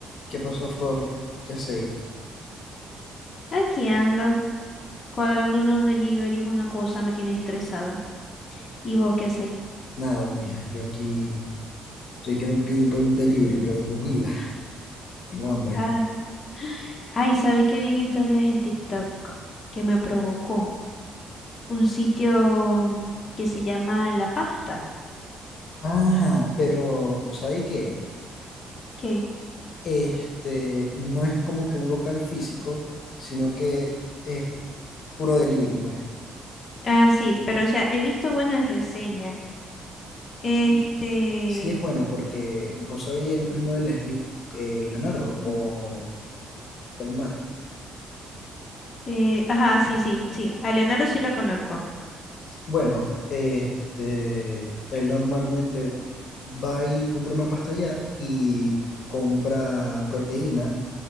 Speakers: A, on the left; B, on the left.
A: ¿Qué pasó, Flor? ¿Qué hacéis?
B: Aquí ando, cuadrando unos deliveries, una cosa me tiene estresada. ¿Y vos qué hacéis?
A: Nada, mija, yo aquí estoy que me pido un, un delivery, pero de comida. <laughs> Tengo hambre.
B: Ay, ay, ¿sabéis qué bien estos días en TikTok? Que me provocó un sitio mm, que se llama La Pasta.
A: Ajá, pero ¿sabéis qué?
B: ¿Qué?
A: Este no es como que un local físico, sino que es puro delivery, pues.
B: Ah, sí, pero o sea, he visto buenas reseñas. Este,
A: Sí, sí es bueno porque vos sabéis el primo de Leslie, eh, Leonardo
B: mm,
A: o Belmar.
B: eh, ajá, sí, sí, sí, a Leonardo sí lo conozco.
A: Bueno, este, él normalmente va y compra una pasta allá y compra proteína